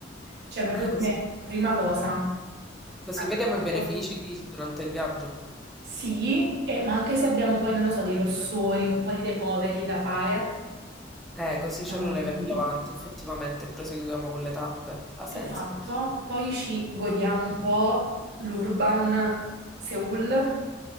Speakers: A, on the right; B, in the centre.
A: cioè proprio
B: Ah, così?
A: come prima cosa.
B: Così
A: Anche
B: vediamo i benefici
A: io.
B: di- durante il viaggio.
A: Sì, e- ma anche se abbiamo poi, non lo so, dei rossori, un po' di recovery da fare,
B: Eh, così ce
A: siamo
B: lo leviamo
A: lì.
B: davanti, effettivamente, e proseguiamo con le tappe. Ha senso.
A: Esatto, poi ci godiamo un po' l'urban Seoul.